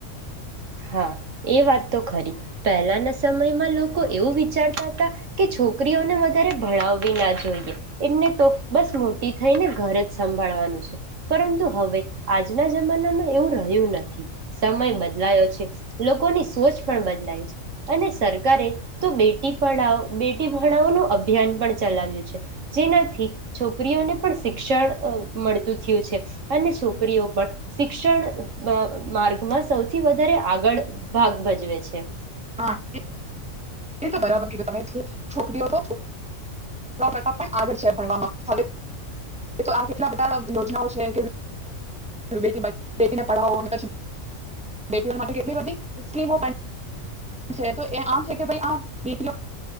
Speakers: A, on the right; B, in the centre.
A: હા, એ વાત તો ખરી પહેલાના સમયમાં લોકો એવું વિચારતા હતા કે છોકરીઓને વધારે ભણાવવી ના જોઈએ. એમને તો બસ મોટી થઈને ઘર જ સંભાળવાનું છે. પરંતુ હવે આજના જમાનામાં એવું રહ્યું નથી સમય બદલાયો છે. લોકોની સોચ પણ બદલાય છે અને સરકારે તો બેટી પઢાવ બેટી ભણવાનું અભિયાન પણ ચલાવ્યું છે. જેનાથી છોકરીઓને પણ શિક્ષણ અ મળતું થયું છે અને છોકરીઓ પણ શિક્ષણ અ માર્ગમાં સૌથી વધ અરે આગળ ભાગ ભજવે છે.
B: હા એ એ તો બરાબર કીધું તમે છો છોકરીઓ તો છોકરા પણ આગળ છે ભણવામાં હવે તો આ કેટલા બધા યોજનાઓ છે કે બેટી બચ બેટીને પઢાવો ને પછી બેટીઓ માટે કેટલી બધી સ્કીમો પણ છે તો એ આમ છે કે ભાઈ આમ બેટીઓ